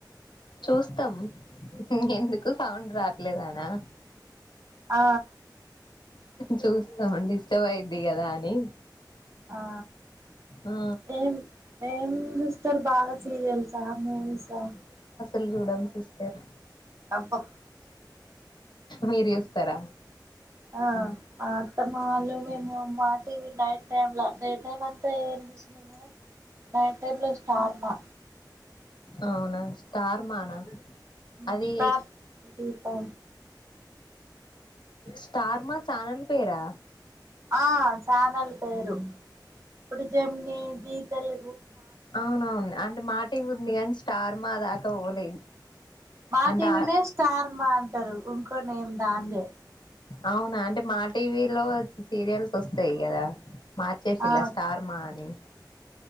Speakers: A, on the left; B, on the right.
A: చూస్తాం ఎందుకు సౌండ్ రాట్లేదానా
B: ఆ
A: చూస్తాం డిస్టర్బ్ అయిది కదా అని
B: ఆ
A: ఆ
B: ఏం ఏం చూస్తారు బాగా సీరియల్సా మువీసా
A: ల్ చూడం సిస్టర్
B: అబ్బ
A: మీరు చూస్తరా
B: ఆ మ అత్తమ్మ వాళ్ళు మేము మా టీవి నైట్ టైమ్ లో డే టైం అంతా ఏం చూసిన ఏమో గాని నైట్ టైమ్ లొ స్టార్ మా
A: అవునా స్టార్ మానా అది
B: మ్ కాల్ టు ఓ
A: స్టార్ మా చానల్ పేరా
B: ఆ చానల్ పేరు ఇప్పుడు జమిని జీతెల్
A: అవునవును అంటే మా టీవీ ఉంది గాని స్టార్ మాదాక పోలేదు
B: మా
A: అంటే
B: టీవీనే స్టార్ మా అంటారు ఇంకో నేమ్ దాందే
A: అవునా అంటే మా టీవీలో సీరియల్స్ వస్తాయి కదా మార్చేసిల్ల
B: ఆ
A: స్టార్ మా అని